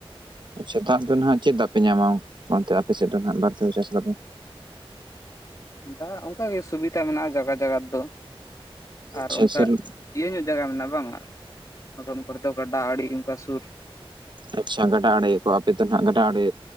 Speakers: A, on the right (about 50°); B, on the left (about 35°).
A: ᱟᱪᱪᱷᱟ ᱫᱟᱜ ᱫᱚ ᱱᱟᱦᱟᱜ ᱪᱮᱫ ᱫᱟᱜ ᱯᱮ ᱧᱟᱢᱟ ᱚᱱᱛᱮ ᱟᱯᱮ ᱥᱮᱫ ᱫᱚ ᱦᱟᱜ ᱵᱟᱹᱨ ᱫᱷᱟᱣ ᱪᱟᱥᱫᱟᱯᱮ?
B: ᱫᱟᱜ ᱚᱱᱠᱟᱜ ᱜᱮ ᱥᱩᱵᱤᱛᱟ ᱢᱮᱱᱟᱜᱼᱟ ᱡᱟᱜᱟ ᱡᱟᱜᱟ ᱫᱚ ᱟᱨ
A: ᱟᱪᱪᱷᱟ
B: ᱚᱱᱠᱟ
A: ᱥᱮᱞ
B: ᱤᱭᱟᱹ ᱧᱚᱜᱼᱼ ᱡᱟᱭᱜᱟ ᱢᱮᱱᱟᱜᱼᱟ ᱵᱟᱝᱼᱟᱫᱚᱢ ᱠᱚᱨᱮ ᱫᱚ ᱜᱟᱰᱟ ᱟᱲᱮ ᱚᱱᱠᱟ ᱥᱩᱨ
A: ᱟᱪᱪᱷᱟ ᱜᱟᱰᱟ ᱟᱲᱮ ᱠᱚ ᱟᱯᱮ ᱫᱚ ᱱᱟᱜ ᱜᱟᱰᱟ ᱟᱲᱮᱼᱼ